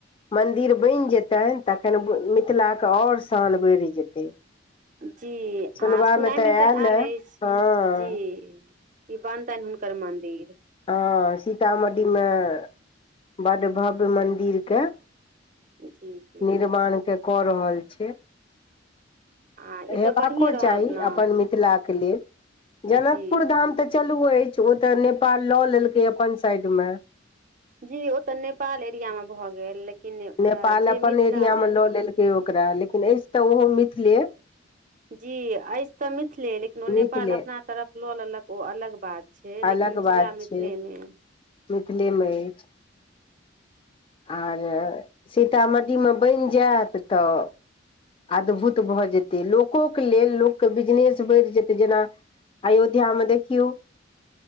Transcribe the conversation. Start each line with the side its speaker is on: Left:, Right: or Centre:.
Left: मन्दिर बइन जेतैन तखन मिथिला के और शान बइढ़ जेतै।
Right: जी
Left: सुनबामे
Right: आ सुनाय में तऽ
Left: आयल
Right: ऐल अइछ,
Left: हँ
Right: जी। की बनतैन हुनकर मन्दिर।
Left: अँ सीतामढ़ी में बड भव्य मन्दिर के
Right: जी जी
Left: निर्माण के कऽ रहल छैय।
Right: आ ई
Left: हेबाको
Right: तऽ बढ़िएँ रहत
Left: चाही
Right: ने
Left: अपन मिथिलाके लेल
Right: जी
Left: जनकपुर धाम तऽ चलू अइछ ओ तऽ नेपाल लऽ लेलकै अपन साइड में।
Right: जी ओ तऽ नेपाल एरिया में भऽ गेल। लेकिन अ
Left: नेपाल
Right: जे
Left: अपन
Right: मिथिलामे
Left: एरिया में लऽ लेलकै ओकरा लेकिन अइछ तऽ ओहो मिथिले।
Right: जी अइछ तऽ मिथिले लेकिन ओ नेपाल
Left: मिथिले
Right: अपना तरफ लऽ लेलक ओ अलग बात छैय लेकिन
Left: अलग बात
Right: छेला मिथिले
Left: छै
Right: में।
Left: मिथिले में अइछ। आर सीतामढ़ी में बइन जैत तऽ अद्भुत भऽ जेतै, लोको के लेल लोकके बिजनेस बइढ़ जेतै जेना अयोध्या में देखियौ,